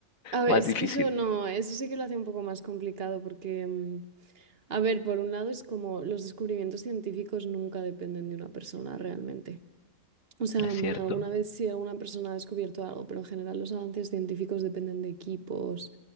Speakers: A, on the right; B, on the left.
A: A ver,
B: Más
A: es
B: difícil,
A: que eso no, eso sí que lo hace un poco más complicado porque, mm, a ver, por un lado es como los descubrimientos científicos nunca dependen de una persona realmente. O sea,
B: es
A: mm,
B: cierto.
A: alguna vez sí alguna persona ha descubierto algo, pero en general los avances científicos dependen de equipos,